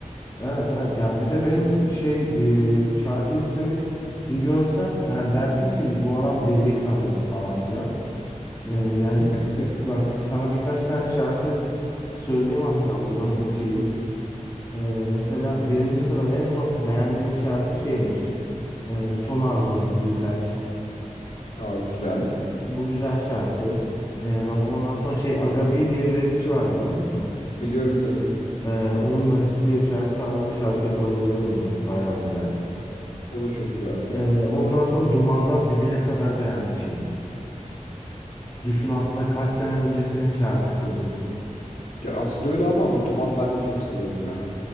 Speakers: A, on the left (about 25°); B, on the left (about 70°).
A: Evet evet ya bir de benim şey e, şarkı listemi bir görsen yani dersin ki bu adam deli sanırım falan filan. E, yani
B: <laughs>
A: bak sana birkaç tane şarkı söyleyeyim hatta buradan okuyayım. E, mesela birinci sırada en son beğendiğim şarkı şeymiş. E, Son Arzum Nilüfer.
B: Aa güzel.
A: Bu güzel şarkı. E, bak ondan sonra şey Agabi diye bir rapçi var biliyor musun?
B: Biliyorum tabii.
A: E, onun Nasip diye bir şarkısı vardı. Bu şarkıya bayılıyorum ben. Bayağı güzel.
B: O da çok iyi abi.
A: Ee, ondan sonra Duman'dan Dibine kadar beğenmişim. Düşün aslında kaç sene öncesinin şarkısı bu.
B: Ya aslında öyle ama ama Duman ben de çok seviyorum ya.